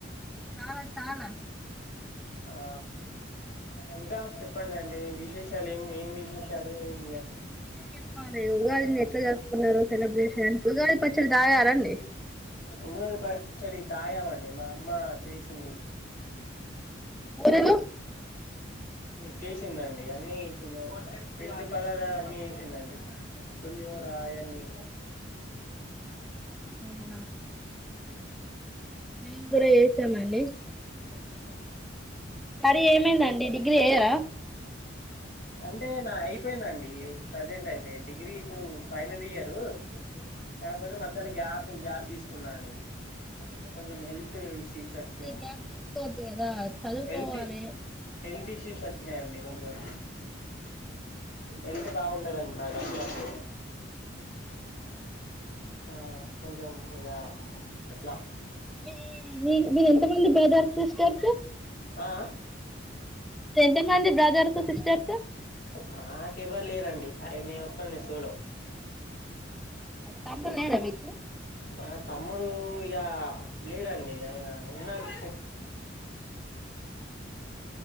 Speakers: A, in the centre; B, on the left.
A: ఆ తాల
B: ఆ ఇంకా చెప్పండి అండి విశేషాలు ఏం ఏం విశేషాలు ఏం
A: మీరే చెప్పాలి ఉగాది ఎట్లా జరుపు సెలబ్రేషన్స్ ఉగాది పచ్చడి దాగారండి
B: ఉగాది పచ్చడి తాగామండి మా అమ్మ చేసింది
A: ఊరెలు
B: చేసిందండి అన్నీ చేసింది పిండి పదార్థాలు అన్నీ చేసిందండి పులియో రాయంనీ
A: ఉమ్
B: అ
A: మేము కూడార వసామని
B: విజయ కా
A: మరి ఏమైందండి డిగ్రీ అయ్యా
B: అంటే నా అయిపోయిందండి ప్రజెంట్ అయితే డిగ్రీ ఇప్పుడు ఫైనల్ ఇయరు కాపోతే మధ్యలో గ్యాప్ గ్యాప్ స్తున్నా అండి కొంచం హెల్త్ ఇష్యూస్ వచ్చినాయి
A: గ్యాప్ తీసుకోవద్దు కదా చదువుకోవాలి
B: హెల్త్ హెల్త్ ఇష్యూస్ వచ్ వయండి కొం జాల ఎంత బాగుండదండి నాకు అసల్ నచ్చదు ఆ కొంచం ఇదా అట్లా
A: మీ మి మీర్ ఎంత మంది బ్రోదా సిస్టర్స్
B: ఆ అ
A: ఎంత మంది బ్రదర్స్ సిస్టర్స్
B: మాకు ఎవ్వరు లేరండి అవి నేను ఒక్కన్ని సూలో
A: తమ్ లేర మీకు
B: మా తమ్ముడు ఇక లేడండి ఆయన ఉన్నాను